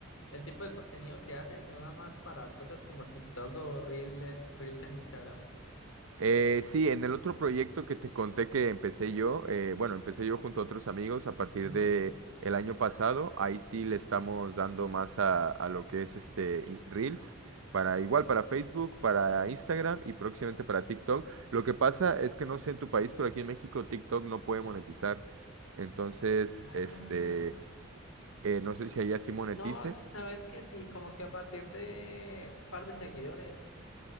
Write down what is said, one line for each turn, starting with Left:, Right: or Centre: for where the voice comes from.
Left: el tipo de contenido que hacen no da más para cosas como TikTok o Reels, Reels en Instagram.
Right: Eh, sí, en el otro proyecto que te conté que empecé yo, eh, bueno, empecé yo junto a otros amigos a partir
Left: Ujú.
Right: de el año pasado, ahí sí le estamos dando más a, a lo que es este i- Reels, para igual para Facebook, para Instagram y próximamente para TikTok. Lo que pasa es que no sé en tu país, pero aquí en México TikTok no puede monetizar. Entonces,
Left: Ah,
Right: este, eh, no sé si allá sí monetice.
Left: no, sabes que sí, como que a partir de un par de seguidores